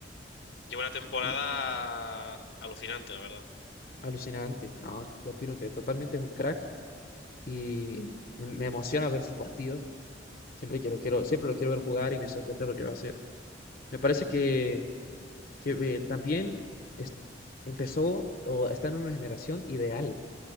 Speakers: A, on the left (about 85°); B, on the left (about 55°).
A: lleva una temporada
B: Mm,
A: alucinante, la verdad.
B: Alucinante. No, yo opino que totalmente es un crack y me emociona ver su partido. como Siempre que lo quiero, siempre lo quiero ver jugar y me sorprende lo que va a hacer. Me parece que, que, eh, también es- empezó o está en una generación ideal.